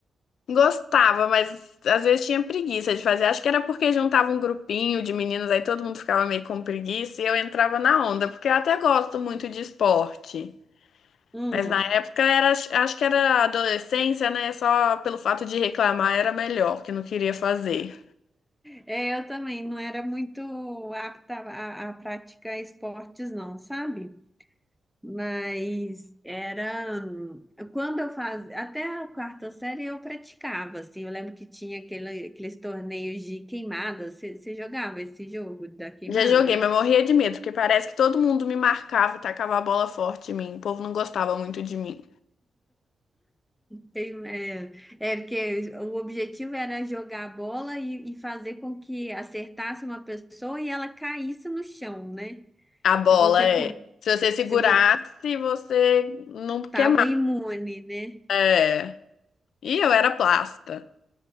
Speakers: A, on the left; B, in the centre.
A: Gostava, mas às vezes tinha preguiça de fazer. Acho que era porque juntava um grupinho de meninas, aí todo mundo ficava meio com preguiça e eu entrava na onda, porque eu até gosto muito de esporte.
B: Hum,
A: Mas na época era, acho que era adolescência, né? Só pelo fato de reclamar era melhor, que não queria fazer.
B: é, eu também não era muito apta a, a praticar esportes, não, sabe? Mas era hum, quando eu fazia, até a quarta série eu praticava, assim, eu lembro que tinha aquele, aqueles torneios de queimada, você você jogava esse jogo da queimada?
A: Já joguei, mas morria de medo, porque parece que todo mundo me marcava e tacava a bola forte em mim. O povo não gostava muito de mim.
B: Tem, é, é porque o objetivo era jogar a bola e, e fazer com que acertasse uma pessoa e ela caísse no chão, né?
A: A bola
B: Se você
A: é.
B: co-
A: Se você segurasse,
B: se vo-
A: você não queimava.
B: tava imune, né?
A: É. E eu era plasta.